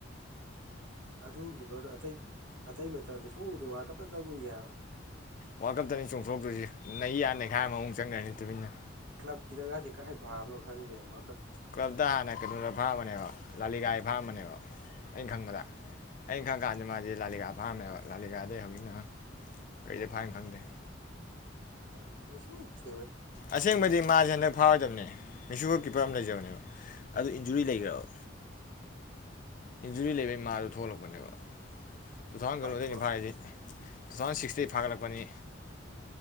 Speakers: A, on the right; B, on the left.
A: ꯑꯗꯨ ꯀꯤꯄꯥꯔ ꯑꯇꯩ ꯑꯇꯩ ꯃꯥ <unintelligible> ꯁꯨꯛ ꯎ ꯎꯗꯦ ꯋꯥꯜꯀꯞ ꯇꯥꯡ ꯎꯌꯦ ꯍꯥꯏꯕ
B: ꯋꯥꯔꯜ ꯀꯞꯇꯅꯤ ꯆꯣꯡꯊꯣꯛꯇꯣꯏꯁꯤ ꯅꯩ ꯌꯥ ꯅꯩꯈꯥꯏ ꯑꯃꯃꯨꯛ ꯆꯪꯈ꯭ꯔꯅꯤ ꯇꯨꯃꯤꯟꯅ꯫
A: ꯀꯂꯞ ꯀꯤꯗꯒꯁꯦ ꯀꯥꯏ ꯐꯥꯕꯅꯣ ꯈꯪꯗꯦꯕ
B: ꯀꯂꯞꯇ ꯍꯥꯟꯅ ꯀꯩꯅꯣꯗ ꯐꯥ ꯑꯃꯅꯦꯕ ꯂꯥꯂꯤꯒꯥꯏ ꯐꯥꯏꯑꯃꯅꯦꯕ ꯑꯩꯅ ꯈꯪꯕꯗ ꯑꯩꯅ ꯈꯪꯀꯥꯟꯗ ꯃꯥꯗꯤ ꯂꯥꯂꯤꯀꯥ ꯐꯥꯔꯝꯃꯦꯕ ꯂꯥꯂꯤꯀꯥꯗꯩ ꯍꯧꯖꯤꯛꯅ ꯀꯔꯤꯗ ꯐꯥꯔꯤꯝꯅ ꯈꯪꯗꯦ
A: <unintelligible>
B: ꯑꯁꯦꯡꯕꯗꯤ ꯃꯥꯁꯦ ꯍꯟꯗꯛ ꯐꯥꯎꯔꯣꯏꯗꯕꯅꯦ ꯃꯦꯁꯤꯀꯣ ꯀꯤꯞꯄꯔ ꯑꯃ ꯂꯩꯖꯕꯅꯦꯕ ꯑꯗꯨ ꯏꯟꯖꯨꯔꯤ ꯂꯩꯈ꯭ꯔꯕ ꯏꯟꯖꯨꯔꯤ ꯂꯩꯕꯒꯤ ꯃꯥꯗꯣ ꯊꯣꯛꯂꯛꯄꯅꯦꯕ ꯇꯨꯊꯥꯎ ꯀꯩꯅꯣꯗꯒꯤ
A: ꯄꯥꯏꯊꯣꯔꯛꯄꯅꯤ
B: ꯐꯥꯔꯤꯗꯤ ꯇꯨ ꯊꯥꯎꯖꯟ ꯁꯤꯛꯁ ꯇꯩ ꯐꯥꯒꯠꯂꯛꯄꯅꯤ